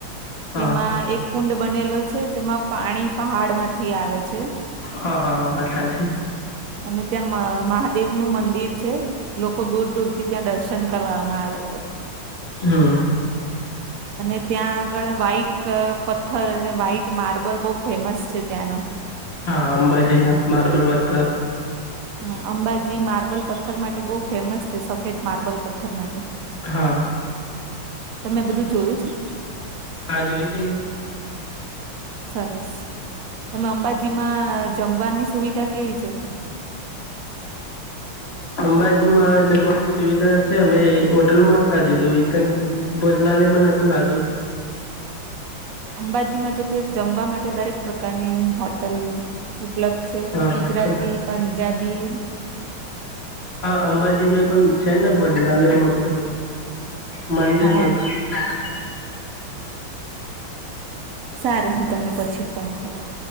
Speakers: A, on the left; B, on the right.
A: હા.
B: તેમાં એક કુંડ બનેલો છે, તેમાં પાણી પહાડમાંથી આવે છે.
A: હા હા વાત સાચી.
B: અને ત્યાં મહા મહાદેવનું મંદિર છે, લોકો દૂર-દૂરથી ત્યાં દર્શન. કરવામાં આવે.
A: હમ્મ.
B: અને ત્યાં આગળ વ્હાઈટ પથ્થર અને વ્હાઈટ માર્બલ બહુ ફેમસ છે ત્યાંના.
A: અંબાજીના માર્બલ પથ્થર,
B: હમ્મ અંબાજી માર્બલ પથ્થર માટે બહુ ફેમસ છે, સફેદ માર્બલ પથ્થર માટે.
A: હા.
B: તમે બધું જોયું છે.
A: હા જોયુ છેને.
B: સરસ તમે અંબાજીમાં જમવાની સુવિધા કેવી છે.
A: અંબાજીમાં જમવાની સુવિધા હશે અમે હોટલમાં ખાધી હતું. ભોજનાલયમાં નતું ખાધું.
B: અંબાજીમાં જોકે જમવા માટે દરેક પ્રકારની હોટલ ઉપલબ્ધ છે
A: હા
B: ગુજરાતી,
A: હોય છે ને
B: પંજાબી.
A: હા અંબાજીનું એ પણ છે, ને ભોજનાલય મોટું મંદિર
B: હા
A: નુ. હા.
B: સારું હું તમને પછી ફોન કરું.